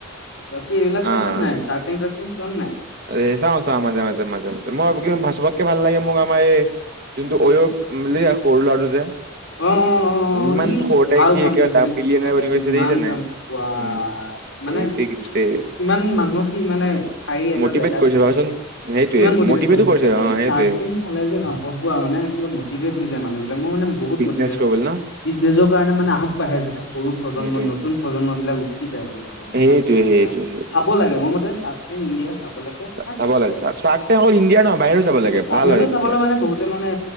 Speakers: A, on the left; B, on the right.
A: বাকি এইবিলাক চাইছানে
B: অ
A: নাই,
B: অ
A: চাৰ্টি টাৰটিং শন নাই?
B: এ, চাওঁ, চাওঁ, মাজে মাজে, মাজে মাজে, মই কি সবতকে ভাল লাগে মোক আমাৰ এই যোনটো অয়ৱ সৰু ল'ৰাটো যে
A: অ', অ', অ'।
B: ইমান
A: অ', ই
B: সৰতে
A: ভাল
B: সি
A: কাম
B: একেবাৰে
A: কৰিছে
B: দাম
A: দেই
B: বিলিয়ানী বন গৈছে
A: ইমান
B: দেখিছানে
A: কাম
B: নাই?
A: ৱাই
B: উম
A: মানে
B: সেইতি কিন্তুেই
A: কিমান মানুহক সি মানে স্থায়ী এটা
B: মটিভেট
A: জেগা
B: কৰিছে,
A: দিছে।
B: ভাবাচোন, সেইটোৱে
A: কিমান মটিভেট
B: মটিভেটো কৰিছে।
A: এই
B: অ সেইটোৱে
A: চাৰ্টে চালে যে গা পোৱা মানে কিবা মটিভেট হৈ যায় মানুহ বিলাক মোৰ মানে বহুত মটিভেট
B: নেশ
A: হয়
B: গবল ন?
A: বিজনেছৰ কাৰণে মানে আগবাঢ়ে যাতে সৰু প্ৰজন্ম,
B: সেইটোৱে
A: নতুন প্ৰজন্ম বিলাক উঠি যায়। যেনে
B: সেইটোৱে সেইটোৱে সেইটোৱে
A: চাব লাগে মোৰ মতে চ ইণ্ডিয়া চাব লাগে,
B: চাব লাগে চাৰ্ক টেংক অকল ইণ্ডিয়াৰ নহয় বাহিৰো চাব লাগে
A: বাহিৰতো
B: ভাল হয়
A: চাবলৈ
B: তেতিয়া
A: মানে বহুতে মানে